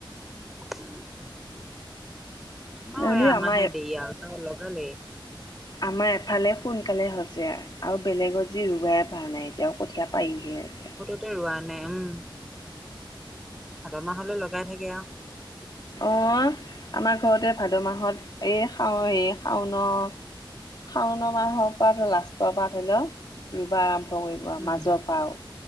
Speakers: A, in the centre; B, on the left.
A: উম। আমাৰো
B: নহ'লেও
A: আমাৰহে
B: আমাৰ
A: দেৰি আৰু তেওঁ লগালেই।
B: আমাৰ এফালে সোনকালে হৈছে আৰু বেলেগত যি ৰুবাই পৰা নাই। তেওঁ কঠীয়া পাৰিহে আছে।
A: তেওঁ ৰোৱা নাই উম ভাদ মাহলৈ লগাই থাকে আৰু।
B: অ', আমাৰ ঘৰতে ভাদ মাহত এই শাও এই শাওনৰ শাওনা মাহৰ পৰা লাষ্টৰ পৰা ধৰি ল। ৰুবা আৰম্ভ কৰিব আৰু
A: উম
B: মাজৰ পা আৰু